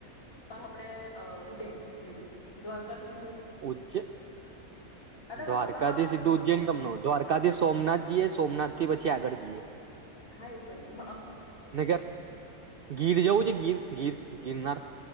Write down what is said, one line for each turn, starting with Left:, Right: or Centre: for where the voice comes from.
Left: વાનુ આપડે અ ઉજ્જૈન મે બી દ્વારકાથી સી
Right: ઉજ્જ
Left: દ્વારકા
Right: દ્વારકાથી
Left: તો આમ આવ્યું
Right: સીધું
Left: તો
Right: ઉજ્જૈન
Left: આમ
Right: કમનું? દ્વારકાથી સોમનાથ જીએ સોમનાથ થી પછી આગળ જઈએ.
Left: હા એવું કરીએ <inaudible>
Right: નગર ગીર જવું છે ગીર ગીર ગિરનાર